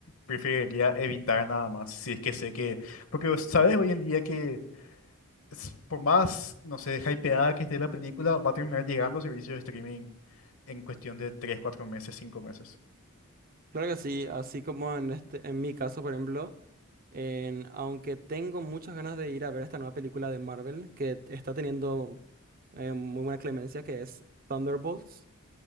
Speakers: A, on the left; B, on the right.
A: preferiría evitar nada más, si es que sé que... Porque, ¿sabes? Hoy en día que es- por más, no sé, hypeada que esté la película, va a terminar llegando a servicios de streaming en cuestión de 3 4 meses, cinco meses.
B: Claro que sí, así como en este, en mi caso, por ejemplo, en, aunque tengo muchas ganas de ir a ver esta nueva película de Marvel que está teniendo eh, muy buena clemencia, que es Thunderbolts,